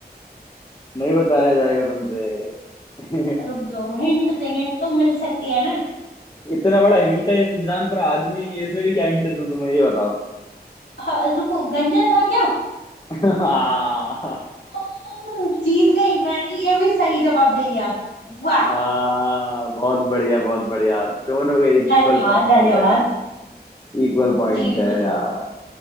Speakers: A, on the left; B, on the left.
A: नहीं बताया जाएगा तुमसे <laughs>
B: रुक जाओ हिंट दे हिंट तो मिल सकती है ना
A: इतना बड़ा हिंट है इंसान पर आदमी है, इसमें भी क्या हिंट दूं तुम्हें ये बताओ
B: हाँ, रुको गंजा था क्या
A: <laughs> आ,
B: हाँ, जीत गई मैंने ये भी सही जवाब दे दिया वाह
A: आ, बहुत बढ़िया बहुत बढ़िया दोनों के इक्वल
B: धन्यवाद
A: पॉइंट
B: धन्यवाद
A: चल रहे हैं इक्वल पॉइंट
B: जी
A: है
B: बिल्कुल
A: यार